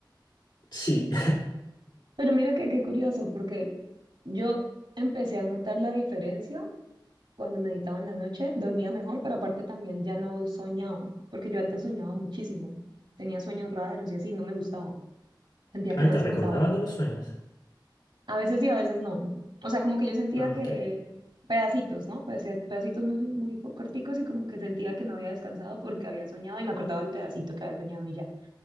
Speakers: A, on the left; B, on the right.
A: Sí.
B: Pero mira que qué curioso, porque yo empecé a notar la diferencia cuando meditaba en la noche, dormía mejor, pero aparte también ya no soñaba, porque yo antes soñaba muchísimo. Tenía sueños raros y así, no me gustaba.
A: <laughs>
B: Sentía
A: Ay,
B: que no
A: ¿te
B: descansaba.
A: recordabas de los sueños?
B: A veces sí, a veces no. O sea, como que yo sentía
A: Ah,
B: que
A: ok.
B: pedacitos, ¿no? Peda- Pedacitos muy, muy po- corticos y como que sentía que no había descansado porque había soñado y me acordaba del pedacito que había soñado y ya.